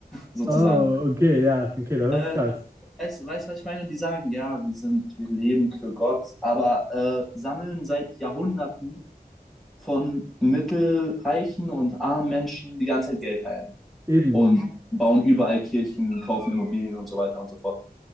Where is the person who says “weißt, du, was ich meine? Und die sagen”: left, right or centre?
Centre